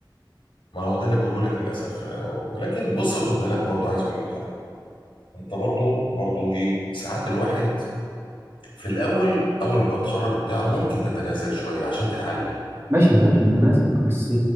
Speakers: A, on the left (about 85°); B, on the right (about 30°).
A: ما هو ده اللي بقوله لك للاسف آه، ولكن بص خد بالك برضو عايز اقول لك حاجه انت برضو برضو ايه ساعات الواحد في الاول اول ما يبقى متخرج وبتاع ممكن تتنازل شويه عشان تتعلم
B: ماشي ماشي متناسب بس